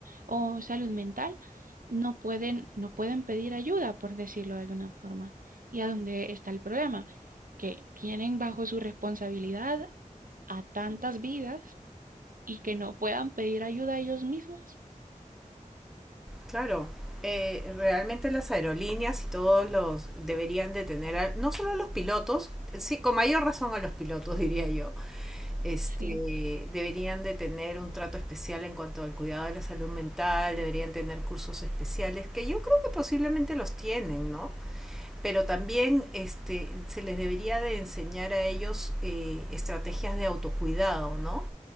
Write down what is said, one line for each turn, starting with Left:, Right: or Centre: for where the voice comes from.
Right: o salud mental, no pueden, no pueden pedir ayuda, por decirlo de alguna forma. ¿Y a dónde está el problema? Que tienen bajo su responsabilidad a tantas vidas y que no puedan pedir ayuda a ellos mismos.
Centre: Claro, eh, realmente las aerolíneas y todos los deberían de tener, al- no solo a los pilotos, sí, con mayor razón a los pilotos, <laughs> diría yo, este,
Right: Sí,
Centre: deberían de tener un trato especial en cuanto al cuidado de la salud mental, deberían tener cursos especiales, que yo creo que posiblemente los tienen, ¿no? Pero también este, se les debería de enseñar a ellos eh, estrategias de autocuidado, ¿no?